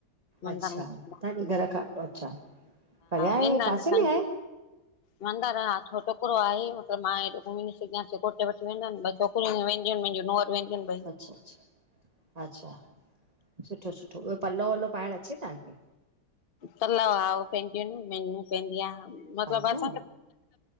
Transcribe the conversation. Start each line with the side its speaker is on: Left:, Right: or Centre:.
Left: मंदर
Right: अ्छा
Left: में
Right: तव्हांजे घर खां अच्छा परया
Left: वेंदा
Right: आहे
Left: आहिन
Right: पासे
Left: असांजा
Right: में आहे
Left: मंदर हा छो छोकिरो आहे मतब मां हेॾो घुमी नॾ सघिय घोट वठी वेंदा छोकिरा सक वियन नोर वन <unintelligible>
Right: अच्छा अच्छा अच्छा सुठो सुठो ॿियो पलो वलो पाइणु अचे तव्हांखे
Left: पल्व आ पंदियूं न मनू पेंंद आहे मतिलब
Right: पाईंदा
Left: असां
Right: आहियो